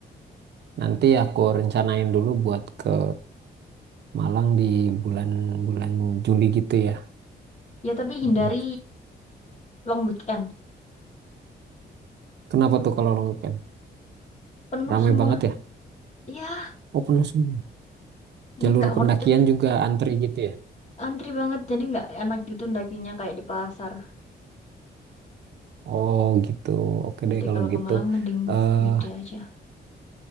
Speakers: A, on the right; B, on the left.
A: nanti aku rencanain dulu buat ke Malang di bulan-bulan Juli gitu ya.
B: Ya, tapi hindari
A: Mm.
B: long weekend.
A: Kenapa tuh kalau long weekend?
B: Penuh
A: Ramai
B: semua.
A: banget ya?
B: Ya,
A: Oh, penuh semua.
B: jadi
A: Jalur
B: nggak
A: pendakian
B: worth it.
A: juga antri gitu ya?
B: Antri banget, jadi nggak enak gitu dakinya kayak di pasar.
A: Oh, gitu. Oke
B: Jadi
A: deh kalau
B: kalau ke
A: gitu.
B: Malang mending
A: eh
B: weekday aja.